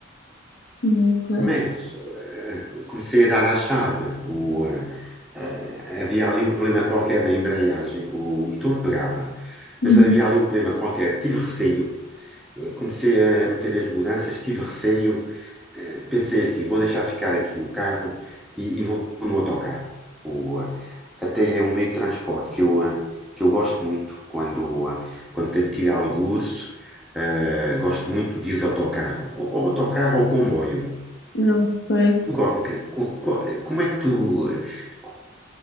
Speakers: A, on the left (about 70°); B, in the centre.
A: Ok.
B: Mas eh, comecei a dar à chave. O, eh, eh, havia ali um problema qualquer na embreagem, o motor pegava,
A: Uhum.
B: mas havia ali um problema qualquer. Tive receio. Eu comecei a meter as mudanças, tive receio. Eh, pensei assim: vou deixar ficar aqui o carro e, e vou no autocarro. O, eh, até é um meio de transporte que eu, eh, que eu gosto muito quando, eh, quando tenho que ir a algures. eh, gosto muito de ir de autocarro, ou, ou autocarro ou comboio.
A: <laughs> Não sei.
B: Tu go- que- co- co- Como é que tu. eh, co-